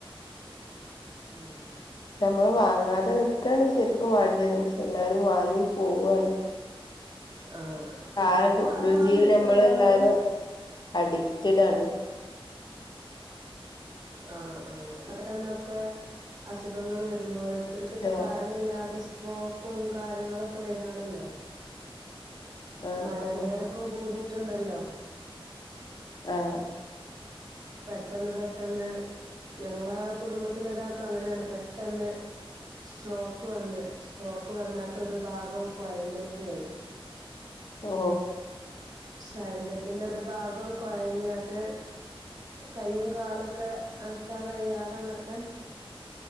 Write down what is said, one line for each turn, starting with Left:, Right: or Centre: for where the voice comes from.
Right: ഉം ഉം
Left: നമ്മള് വാങ്ങാതെ നിക്കയാണ് ശരിക്കും വേണ്ടിയത് പക്ഷെ എല്ലാരും വാങ്ങി പോവുവയാണ്
Right: ആഹ്
Left: ആ
Right: ഇപ്പൊ അതാണ്
Left: രുചിയിൽ
Right: ഇപ്പൊ
Left: ഞമ്മള്
Right: എല്ലാവരും
Left: എല്ലാരും അഡിക്റ്റഡ് ആണ്
Right: ആഹ് ആഹ് പെട്ടന്നൊക്കെ അസുഖങ്ങൾ വരുന്നു ഓരോരുത്തർക്ക് ഇപ്പ
Left: ട്ടോ
Right: കാരണല്ലാതെ സ്ട്രോക്കും കാര്യങ്ങളൊക്കെ വരിയാണല്ലോ
Left: ആഹ്
Right: മരണ
Left: ആഹ്
Right: നിരക്കും കൂടിയിട്ടുണ്ടല്ലോ
Left: ആഹ്
Right: പെട്ടെന്ന് പെട്ടെന്ന് ഞങ്ങളെ കുടുംബത്തില ഒരാൾക്കും അങ്ങനെയാണ് പെട്ടെന്ന് സ്ട്രോക്ക് വന്ന് സ്ട്രോക്ക് വന്നിട്ട് ഒരു ഭാഗം കുഴഞ്ഞക്കീൻ
Left: ഓ
Right: ശരീരത്തിന്റെ ഒരു ഭാഗം കുഴഞ്ഞോട്ട് കയ്യും കാലൊക്കെ അനക്കാൻ കഴിയാതെ അങ്ങന